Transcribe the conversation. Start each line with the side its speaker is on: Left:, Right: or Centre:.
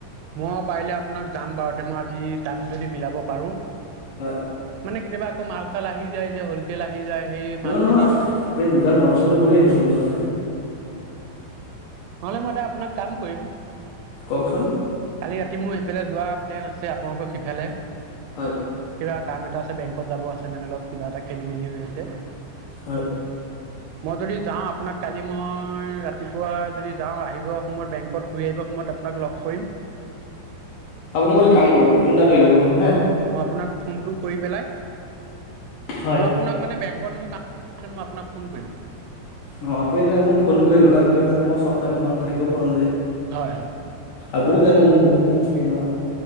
Right: মই পাৰিলে আপোনাক যাম বাৰু তে, মই আজি টাইম যদি মিলাব পাৰো।
Left: হয়
Right: মানে কেতিয়াবা আকৌ মাল চাল আহি যায় যে, হ'লচেল আহি যায় সেই
Left: নহয়
Right: মাল
Left: নহয়
Right: খিনি
Left: আপুনি দোকান বন্ধ-চন্দ কৰি আহিব মোৰ ওচৰলৈ।
Right: নহ'লে মই এটা আপোনাক কাম কৰিম।
Left: কওকচোন
Right: কালি ৰাতি মোৰ সেইফালে যোৱা প্লেন আছে। আছে আপোনালোকক সিফালে,
Left: হয়
Right: কিবা কাম এটা আছে বেংকত যাব আছে মানে অলপ কিবা এটা খেলি-মেলি হৈ আছে।
Left: হয়
Right: মই যদি যাওঁ আপোনাক কালি মই ৰাতিপুৱা যদি যাওঁ আহিব সময়ত বেংকত ঘূৰি আহিব সময়ত আপোনাক লগ কৰিম।
Left: আপুনি মোলে কাম কৰিব ফোনটা কৰি ল'ব প্ৰথম হে,
Right: মই আপোনাক ফোনটো কৰি পেলাই।
Left: হয়
Right: মই আপোনাক মানে বেংকত মোক, মই আপোনাক ফোন কৰিম।
Left: অঁ আপুনি মোক ফোনো কৰি ল'ব কাৰণ কিয় জানে, মই চব টাইম ঘৰত নাাকিব পাৰোঁ যে।
Right: হয় হয়।
Left: আপুনি জানে মোৰ বহুত কাম থাকে নহয়।